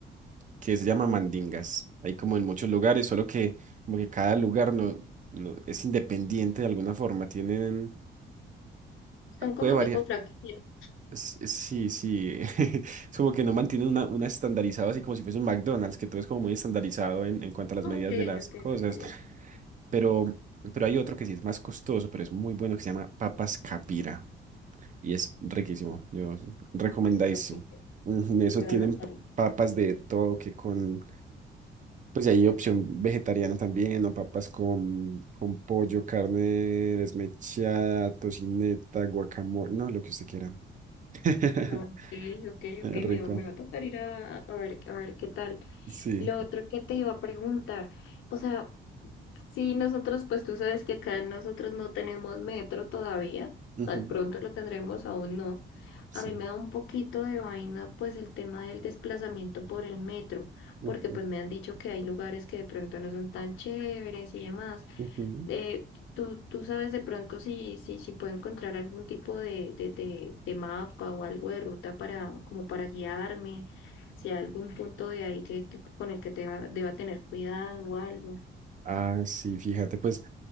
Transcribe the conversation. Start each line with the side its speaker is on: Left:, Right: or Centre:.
Right: que se llama mandingas. Hay como en muchos lugares, solo que como que cada lugar no, no- es independiente de alguna forma. Tienen,
Left: Son como
Right: puede variar.
Left: tipo franquicia.
Right: S- eh, Sí, sí. <laughs> Es como que no mantienen una, una estandarizada así como si fuese un McDonald's, que todo es como muy estandarizado en, en cuanto a las
Left: Ok,
Right: medidas de las
Left: ok,
Right: cosas.
Left: ok.
Right: Pero, pero hay otro que sí es más costoso, pero es muy bueno, que se llama Papas Capira. Y es riquísimo. Yo, recomendadísimo.
Left: Capaz Capilla.
Right: Ujú, Eso
Left: Voy
Right: tienen
Left: a anotarlo.
Right: p- papas de todo, que con. Pues hay opción vegetariana también, o papas con, con pollo, carne desmechada, tocineta, guacamole, no, lo que usted quiera. <laughs>
Left: No, ok, ok,
Right: Eh,
Left: ok,
Right: Rico.
Left: me, va- me va a tocar ir a, a ver, a ver qué tal.
Right: Sí.
Left: Lo otro que te iba a preguntar, o sea, si nosotros, pues tú sabes que acá nosotros no tenemos metro todavía,
Right: Ujú,
Left: tal pronto lo tendremos, aún no.
Right: Sí.
Left: A mí me da un poquito de vaina, pues el tema del desplazamiento por el metro,
Right: Ujú,
Left: porque pues me han dicho que hay lugares que de pronto no son tan chéveres y demás.
Right: ujú.
Left: eh, tú, tú sabes de pronto si, si, si puedo encontrar algún tipo de, de, de, de mapa o algo de ruta para, como para guiarme, si hay algún punto de ahí que, que- con el que te va- deba tener cuidado o algo.
Right: Ah, sí, fíjate, pues